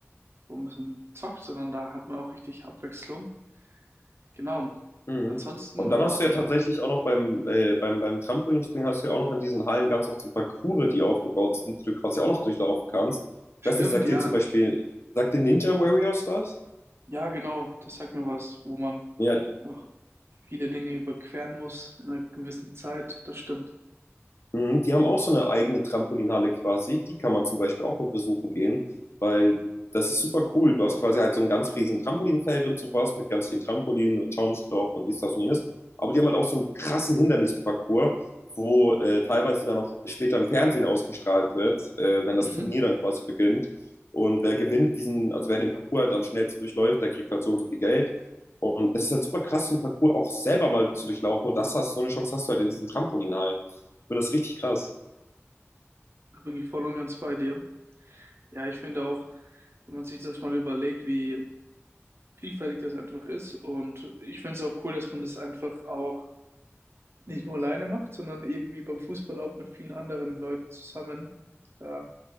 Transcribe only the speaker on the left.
Mhm.
Und dann hast du ja tatsächlich auch noch beim, äh, beim, beim Trampolinspringen hast du ja auch noch in diesen Hallen ganz oft so Parcours, die aufgebaut sind, die du quasi auch noch durchlaufen kannst. Ich
weiß nicht, sagt
dir zum Beispiel, sagt dir Ninja Warriors was?
Ja,
Mhm, Die haben auch so eine eigene Trampolinhalle quasi. Die kann man zum Beispiel auch mal besuchen gehen, weil das ist super cool. Du hast quasi halt so ein ganz riesen Trampolinfeld und sowas mit ganz vielen Trampolinen und Schaumstoff und dies, das und jenes. Aber die haben halt auch so einen krassen Hindernisparcours, wo äh, teilweise dann auch später im Fernsehen ausgestrahlt wird, äh, wenn das
Turnier dann quasi beginnt. Und wer gewinnt diesen, also wer den Parcours halt am schnellsten durchläuft, der kriegt halt so und so viel Geld. Und es ist halt super krass, so einen Parcours auch selber mal zu durchlaufen. Und das hast, so eine Chance hast du halt in diesen Trampolinhallen. Ich finde das richtig krass.